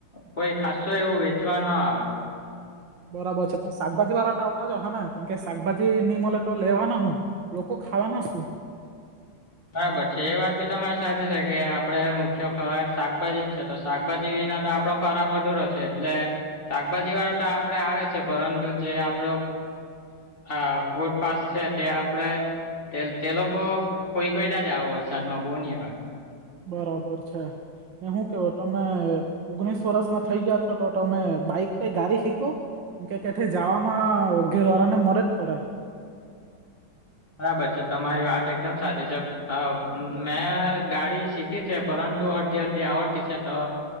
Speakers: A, on the left; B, on the right.
A: કોઈ ખસ્સું એવું, વેચવાના આવે.
B: બરાબર છે, પણ શાકભાજી વાળા ટાવટા જ. હા, કેમકે શાકભાજી ની મળે તો લેવાના શુ? લોકો ખાવાના શું?
A: બરાબર છે, એ વાત બી તમારી સાચી છે કે, આપડે મુખ્ય ખવાર શાકભાજી જ છે, તો શાકભાજી વિના તો ખોરાક કધૂરો છે, એટલે શાકભાજી વાળા તો આપડે આવે છે, પરંતુ જે આપડો આ ફર્ટ પાસ છે, ત્યાં આપડે તે લોકો કોઈ કોઈ જ આવ વરસાદમાં બહુ ની આવે.
B: બરાબર છે ને, શું કેવો તમે? ઓગણીસ વર્ષ ના થઈ ગયા છો, તો તમે બાઈક કઈ ગાડી શીખો? કે કેથે જવામાં, ઘેર વાળાને મદદ જ પડે.
A: બરાબર છે, તમારી વાત એકદમ સાચી છે. હ, મેં ગાડી શીખી છે, પરંતુ અડધી-અડધી આવડતી છે તો.